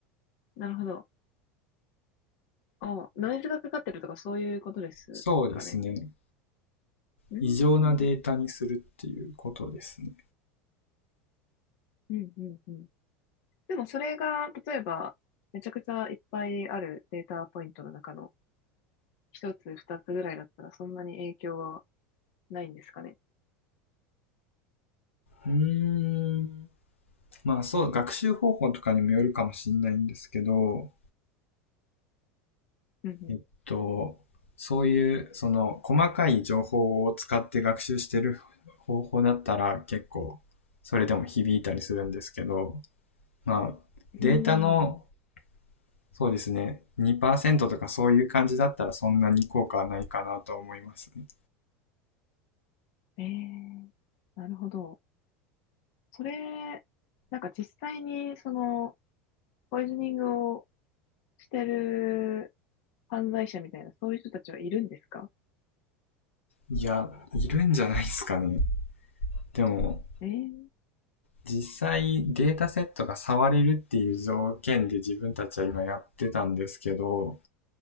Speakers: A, on the left; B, on the left.
A: ー、なるほど。ああ、ノイズがかかってるとかそういうことですかね。
B: そうですね。
A: うー
B: 異常なデータにするっていうことですね。
A: ん、うん、うん、うん。でもそれが、例えば、めちゃくちゃいっぱいあるデータポイントの中の一つ、二つぐらいだったらそんなに影響はないんですかね。
B: うーん。まあそう、学習方法とかにもよるかもしれないんですけど、
A: うん、
B: えっと、そういう、その、細かい情報を使って学習してる方法だったら結構、それでも響いたりするんですけど、まあ、データの
A: うん。うーん。
B: そうですね。2%とかそういう感じだったらそんなに効果はないかなと思いますね。
A: ええ、なるほど。それ、なんか実際にその、ポイズニングをしてる犯罪者みたいな、そういう人たちはいるんですか
B: いや、いるんじゃないですかね。でも、
A: えー、
B: 実際データセットが触れるっていう条件で自分たちは今やってたんですけど、